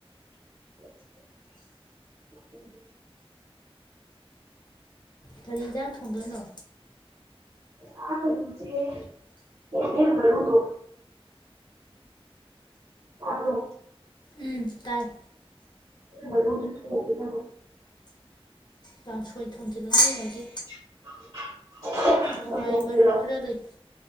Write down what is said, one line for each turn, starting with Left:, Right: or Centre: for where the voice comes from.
Right: <unintelligible>
Left: ꯀꯔꯤ ꯏꯟꯖꯥꯡ ꯊꯣꯡꯗꯣꯏꯅꯣ
Right: ꯑꯥ ꯀꯩꯅꯣꯗꯣ ꯆꯦ ꯌꯦꯟꯗꯦꯝ ꯃꯔꯨꯗꯣ <unintelligible> ꯇꯥꯕ꯭ꯔꯣ
Left: ꯎꯝ ꯇꯥꯏ
Right: ꯃꯔꯨꯝ ꯑꯣꯕꯤꯗꯕ
Left: ꯀꯥꯡꯁꯣꯏ ꯊꯣꯡꯖꯤꯜꯂꯅꯤ ꯉꯁꯤ
Right: <unintelligible>
Left: ꯍꯋꯥꯏ
Right: ꯁꯪꯒꯣꯝꯗꯨꯔꯣ
Left: ꯃꯔꯨ ꯈꯔ ꯂꯩ